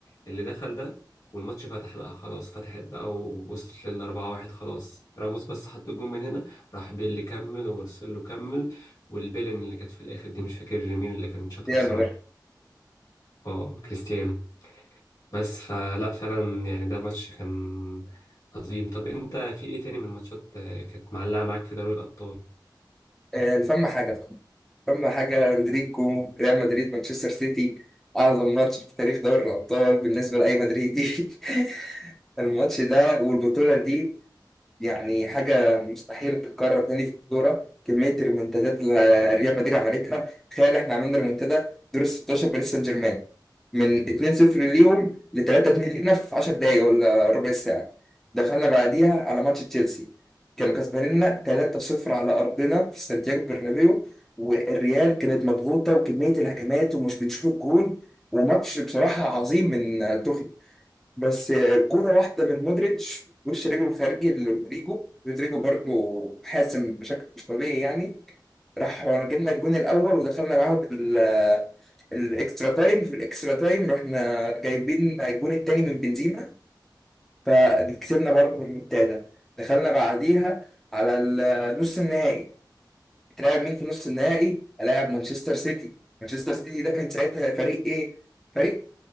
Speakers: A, on the left (about 55°); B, in the centre.
A: اللي دخل ده والماتش فتح بقى خلاص فتحت بقى ووصلت للأربعة واحد خلاص راموس بس حط الجون من هنا راح بيل كمل ومارسيلو كمل والبيلن اللي كانت في الآخر دي مش فاكر مين اللي كان شاطها
B: يلا
A: بصراحة
B: ده
A: اه كريستيانو بس فلا فعلا يعني ده ماتش كان عظيم طب انت في ايه تاني من الماتشات آه، كانت معلقة معاك في دوري الأبطال
B: آه، فما حاجه بقى فما حاجه رودريجو ريال مدريد مانشستر سيتي اعظم ماتش في تاريخ دوري الابطال بالنسبه لاي مدريدي <laughs> الماتش ده والبطوله دي يعني حاجة مستحيل تتكرر تاني في الكورة كمية الريمونتادات اللي ريال مدريد عملتها تخيل احنا عملنا ريمونتادا دور ال 16 باريس سان جيرمان من 2-0 ليهم ل 3-2 لينا في 10 دقايق ولا ربع ساعة دخلنا بعديها على ماتش تشيلسي كانوا كسبانيننا 3-0 على أرضنا في سانتياغو برنابيو والريال كانت مضغوطة وكمية الهجمات ومش بنشوف الجون وماتش بصراحة عظيم من توخيل بس كورة واحدة من مودريتش وش رجله الخارجي لرودريجو رودريجو برضه حاسم بشكل مش طبيعي يعني راح جبنا الجون الأول ودخلنا معاهم ال- الإكسترا تايم في الإكسترا تايم رحنا جايبين الجون التاني من بنزيما فكسبنا برضه بالريمونتادا دخلنا بعديها على النص النهائي هتلاعب مين في نص النهائي؟ هلاعب مانشستر سيتي مانشستر سيتي ده كان ساعتها فريق إيه؟ فريق